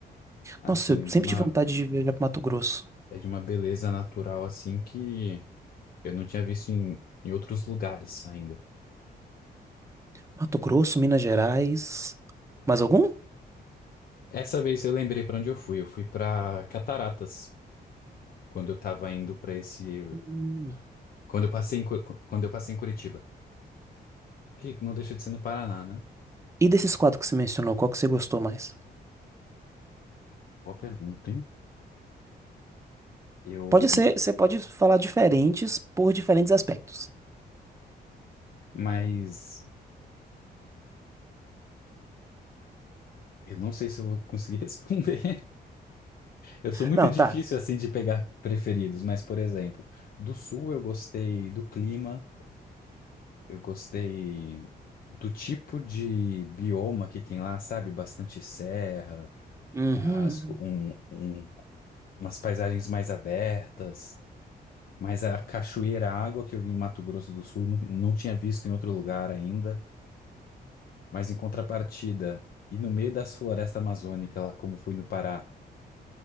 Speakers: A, on the left; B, on the right.
A: Assim,
B: Nossa, eu sempre
A: de uma,
B: tive vontade de viajar pro Mato Grosso.
A: é de uma beleza natural assim que eu não tinha visto em, em outros lugares ainda.
B: Mato Grosso, Minas Gerais. Mais algum?
A: Essa vez eu lembrei para onde eu fui. Eu fui para Cataratas. quando eu tava indo pra esse.
B: Hum.
A: Quando eu passei em, Cu- quando eu passei em Curitiba. Que não deixa de ser no Paraná, né?
B: E desses quatro que você mencionou, qual que você gostou mais?
A: Boa pergunta, hein? Eu.
B: Pode ser, você pode falar diferentes por diferentes aspectos.
A: Mas. Eu não sei se eu vou conseguir <laughs> responder. Eu sou muito
B: Não,
A: difícil
B: tá.
A: assim de pegar preferidos, mas, por exemplo, do sul eu gostei do clima, eu gostei do tipo de bioma que tem lá, sabe? Bastante serra,
B: Uhum.
A: as, co- um, um- umas paisagens mais abertas. Mas a cachoeira, água que eu vi em Mato Grosso do Sul, não, não tinha visto em outro lugar ainda. Mas em contrapartida, e no meio das florestas amazônicas, lá como fui no Pará,